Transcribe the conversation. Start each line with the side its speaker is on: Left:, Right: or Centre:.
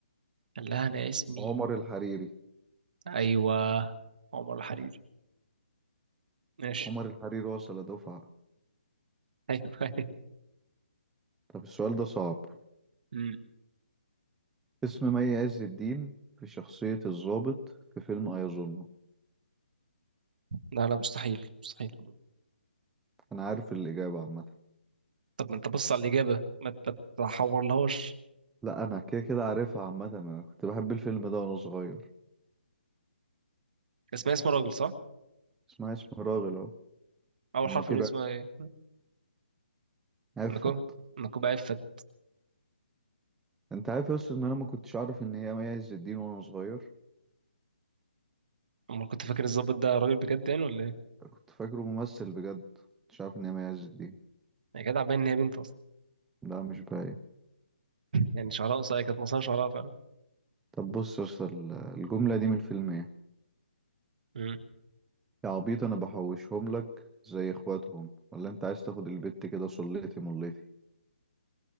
Right: قال لها انا اسمي
Centre: عمر الحريري
Right: ايوه عمر الحريري ماشي
Centre: عمر الحريري وصل دفعة
Right: <laughs> ايوه
Centre: طب السؤال ده صعب
Right: أمم.
Centre: اسم مي عز الدين في شخصية الضابط في فيلم أيظنه
Right: لا لا مستحيل مستحيل
Centre: أنا عارف الإجابة عامة
Right: طب ما انت بص على الاجابه ما ما تحورلهاش
Centre: لا أنا كده كده عارفها عامة أنا كنت بحب الفيلم ده وأنا صغير
Right: اسمها اسم راجل صح
Centre: اسمها اسم راغل أهو
Right: اول
Centre: النقيب
Right: حرف من اسمها ايه
Centre: عفت
Right: نكو نكوب عفت
Centre: أنت عارف يا أسطى إن أنا ما كنتش أعرف إن هي مي عز الدين وأنا صغير
Right: امال كنت فاكر الظابط ده راجل بجد يعني ولا ايه
Centre: كنت فاكره ممثل بجد كنتش عارف إن هي مي عز الدين
Right: يا جدع باين ان هي بنت اصلا
Centre: لا مش باين
Right: يعني شعرها قصير كانت مصارها شعرها فعلا
Centre: طب بص يا أسطى ال- الجملة دي من فيلم إيه
Right: أمم.
Centre: يا عبيط انا بحوشهم لك زي اخواتهم ولا انت عايز تاخد البت كده صليتي مليتي